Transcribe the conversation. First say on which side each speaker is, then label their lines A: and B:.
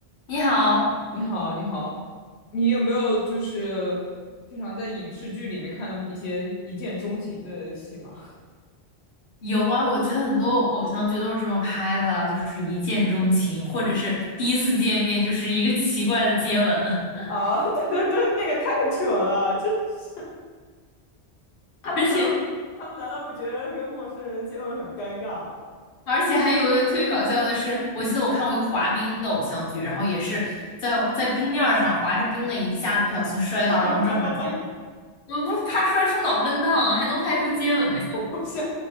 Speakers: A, on the left; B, on the left.
A: 你好，
B: 你好，你好，你有没有就是经常在影视剧里面看到一些一见钟情的戏码？
A: 有啊，我觉得很多偶像剧都是这么拍的，就是一见钟情，或者是第一次见面就是一个奇怪的接吻，
B: 啊，<laughs> 对对对，那个太扯了，真是，他们难道
A: <laughs> 而且
B: 他们难道不觉得跟陌生人接吻很尴尬吗？
A: 而且还有一个特别搞笑的是，我记得我看过一个滑冰的偶像剧，然后也是在在冰面儿上滑着冰的，一下子不小心摔到，
B: <laughs> 哈哈哈哈
A: 然后正好接吻，我不是怕摔出脑震荡，还能拍出接吻的效果，
B: 我想，